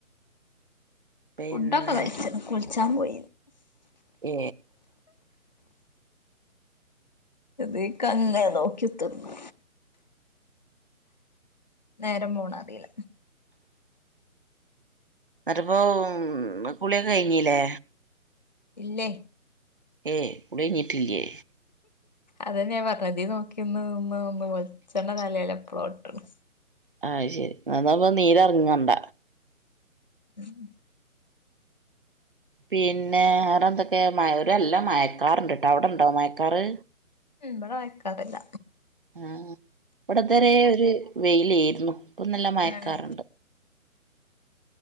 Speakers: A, on the right; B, on the left.
A: പിന്നെ
B: ഫുഡൊക്കെ കയ്ച്ചണ് കുളിച്ചാൻ വയ
A: ഏ
B: ഇതികന്നെ നോക്കിത്തന്നു നേരം പോണ അറിയില
A: അത്പ്പോ കുളിയൊക്കെ കഴിഞ്ഞല്ലേ
B: ഇല്ലേ
A: ഏ കുളി കഴിഞ്ഞിട്ടിലെ
B: അത നെ പറഞ്ഞത് നോക്കിന്ന്ന്ന് ഒന്ന് വച്ചെണ്ണ തലല്ല എപ്പളോ ഇട്ടണ്
A: ആഹ് ശരി എന്നന്നപ്പ നീരറങ്ങണ്ട
B: ഉം
A: പിന്നെ വേറെന്തൊക്കെ മൂരല്ല മയക്കാർണ്ട്ട്ടോ അവിടെണ്ടോ മയക്കാറ്
B: ഉം വട വയ്ക്കാറില്ല
A: ആഹ ഇവിടെ ഇതവരെ ഒരു വെയില ഏയിരുന്നു ഇപ്പൊ നല്ല മയക്കാറുണ്ട്
B: ഏഹ്